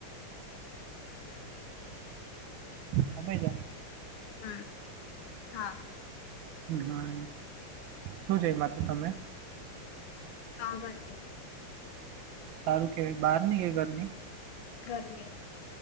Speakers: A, on the left (about 80°); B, on the right (about 75°).
A: હમ
B: સમયજ
A: હમ હા
B: હા શું છેઈ મા તો તમે
A: પાાભાજી
B: સારું કેવાય બહારની કે ઘરની
A: ઘરની